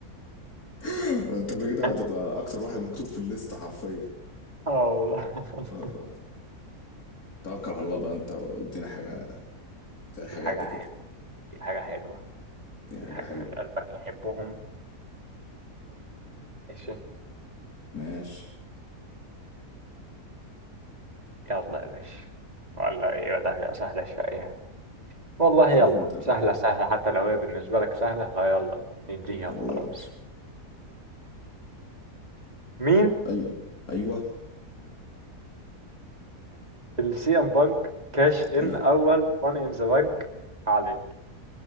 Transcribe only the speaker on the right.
<laughs>
اه والله
دي حاجة
ديك حاجة حلوة
ديك
حاجة
من قلبك يحبهم ماشي
يلا يا باشا ولا ايه ده هتبقى سهلة شوية والله
يلا
سهلة
سهلة حتى لو هي بالنسبة لك سهلة فيلا نديها وخلاص
مين
اللي سي ام بانك كاش ان
اول ماني ان ذا بانك عليه